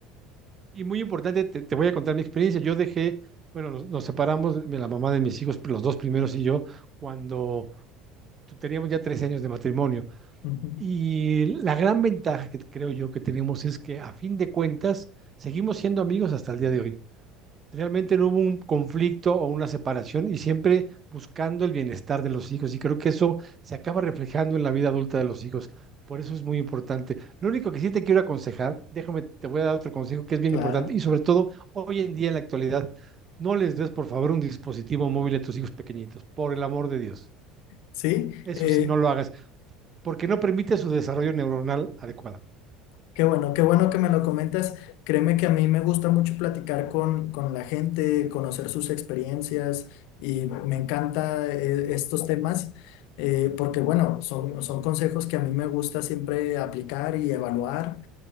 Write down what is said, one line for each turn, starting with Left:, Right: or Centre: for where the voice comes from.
Right: Y muy importante, te, te voy a contar mi experiencia. Yo dejé, bueno, nos, nos separamos, mi- la mamá de mis hijos, los dos primeros y yo, cuando tu- teníamos ya 13 años de matrimonio.
Left: Ujú,
Right: Y la gran ventaja que creo yo que tenemos es que a fin de cuentas seguimos siendo amigos hasta el día de hoy. Realmente no hubo un conflicto o una separación y siempre buscando el bienestar de los hijos. Y creo que eso se acaba reflejando en la vida adulta de los hijos. Por eso es muy importante. Lo único que sí te quiero aconsejar, déjame, te voy a dar otro consejo que es bien
Left: Claro.
Right: importante y sobre todo hoy en día en la actualidad, no les des por favor un dispositivo móvil a tus hijos pequeñitos, por el amor de Dios.
Left: Sí,
Right: Eso
Left: eh,
Right: sí, no lo hagas, porque no permite su desarrollo neuronal adecuado.
Left: Qué bueno, qué bueno que me lo comentas. Créeme que a mí me gusta mucho platicar con, con la gente, conocer sus experiencias y me encanta eh, estos temas eh, porque, bueno, son, son consejos que a mí me gusta siempre aplicar y evaluar